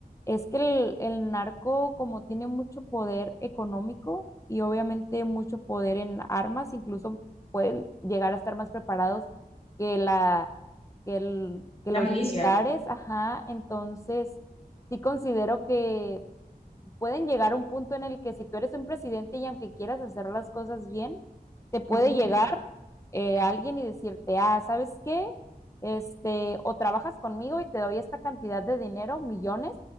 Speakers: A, on the left; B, on the left.
A: es que el, el narco como tiene mucho poder económico y obviamente mucho poder en armas, incluso pueden llegar a estar más preparados que la, que el- que
B: La
A: los
B: milicia,
A: militares, ajá, entonces sí considero que pueden llegar a un punto en el que si tú eres un presidente y aunque quieras hacer las cosas bien, te puede
B: muy complicado.
A: llegar eh, alguien y decirte, ah, ¿sabes qué? Este, o trabajas conmigo y te doy esta cantidad de dinero, millones,